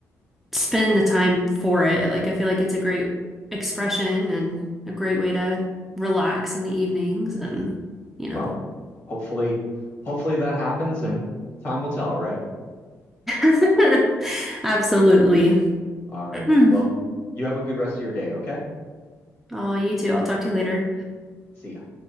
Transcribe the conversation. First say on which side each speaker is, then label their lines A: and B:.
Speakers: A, in the centre; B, on the left.
A: spend the time for it. Like, I feel like it's a great expression and a great way to relax in the evenings and, you know.
B: Well, hopefully, hopefully that happens and time will tell, right?
A: <laughs> Absolutely.
B: All right.
A: <clears throat>
B: Well, you have a good rest of your day, okay?
A: Oh, you too. I'll talk to you later.
B: See ya.